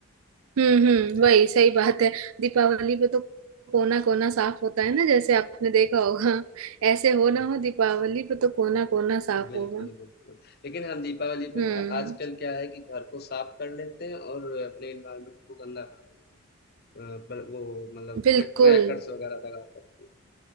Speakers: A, on the right; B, on the left.
A: हम्म हम्म वही सही बात है दीपावली पे तो कोना कोना साफ होता है ना जैसे आपने देखा होगा ऐसे हो
B: बिल्कुल,
A: ना हो दीपावली पे तो कोना कोना साफ
B: बिल्कुल,
A: होगा
B: बिल्कुल। लेकिन हम दीपावली पे
A: हम्म
B: घ आजकल क्या है कि घर को साफ कर लेते हैं और अपने एनवायरनमेंट को गंदा कर देते हैं। अ, पर वो मतलब
A: बिल्कुल
B: क्र क्रैकर्स वगैरह लगा करके।